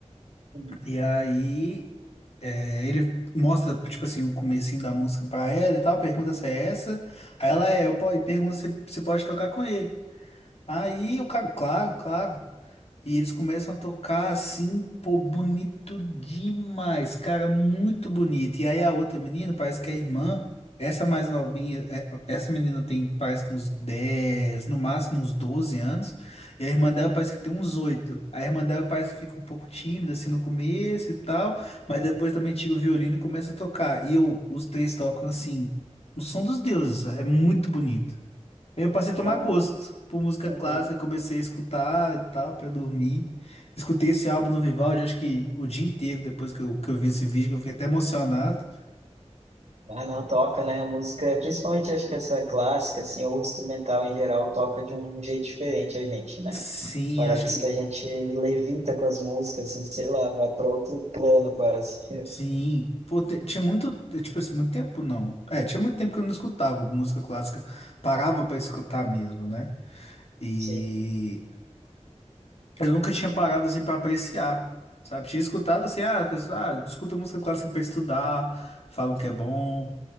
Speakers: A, on the right (about 70°); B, on the left (about 60°).
A: Uhum.
B: E aí é, ele mostra, tipo assim, o comecinho da música pra ela e tal, pergunta se é essa. Aí ela é, eu po- e pergunta se, se pode tocar com ele. Aí o cara, claro, claro. E eles começam a tocar assim, pô, bonito demais, cara, muito bonito. E aí a outra menina, parece que a irmã, essa mais novinha, é, essa menina tem, parece que uns dez no máximo uns 12 anos, e a irmã dela parece que tem uns oito A irmã dela parece que fica um pouco tímida assim no começo e tal, mas depois também tira o violino e começa a tocar. E eu, os três tocam assim, o som dos deuses, é muito bonito. Eu passei
A: Bom.
B: a tomar gosto por música
A: Uhum.
B: clássica, comecei a escutar e tal, pra dormir. Escutei esse álbum no Vivaldi, acho que o dia inteiro, depois que eu, que eu vi esse vídeo, eu fiquei até emocionado.
A: Ah, não, toca, né? A música, principalmente acho que essa clássica, assim, ou instrumental em geral, toca de um jeito diferente a gente, né?
B: Sim,
A: Parece
B: acho que.
A: que a gente levita com as músicas, assim, sei lá, vai para outro plano quase. <laughs>
B: Sim. Pô, te- tinha muito. eh, Tipo assim, muito tempo não. É, tinha muito tempo que eu não escutava música clássica. Parava pra escutar mesmo, né? E
A: Sim.
B: eu nunca tinha parado assim pra apreciar. Sabe? Tinha escutado assim, ah, as pessoas, ah, escuta música clássica pra estudar, falam que é bom.